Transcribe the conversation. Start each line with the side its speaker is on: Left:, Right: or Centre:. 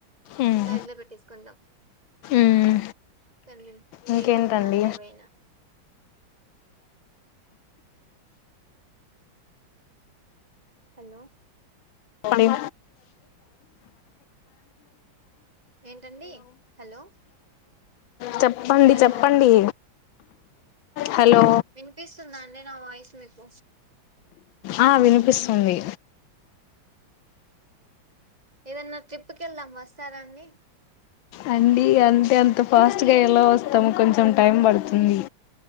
Left: మ్మ్
Right: బ్యాగ్ లో పెట్టేసుకునా
Left: మ్మ్.
Right: నీ హీటర్స్
Left: ఇంకేంటండి
Right: కానీ ఏవైనా హలో
Left: ఓయ్
Right: ఏంటండి హలో
Left: చెప్పండి
Right: హలో
Left: చెప్పండి హలో
Right: వినిపిస్తుందా అండి నా వాయిసు మీకు
Left: ఆ వినిపిస్తుంది
Right: ఏదన్నా ట్రిప్కి వెళ్దాం వస్తారాండి
Left: అండి అంటే అంత ఫాస్ట్గా ఎలా వస్తాము కొంచెం టైం పడుతుంది